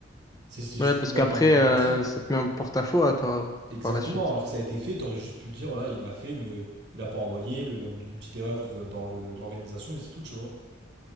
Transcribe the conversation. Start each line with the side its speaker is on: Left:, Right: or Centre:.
Right: C'est c'est
Left: Ouais,
Right: juste
Left: parce
Right: pour me mettre
Left: qu'après
Right: dans le, dans
Left: euh,
Right: le pétrin.
Left: ça te met en porte-à-faux à toi
Right: Exactement,
Left: par la suite.
Right: alors que ça a été fait, t'aurais juste pu dire, voilà, il l'a fait, mais euh, il l'a pas envoyé, mais il y a une petite erreur de- dans le- l'organisation, et c'est tout, tu vois.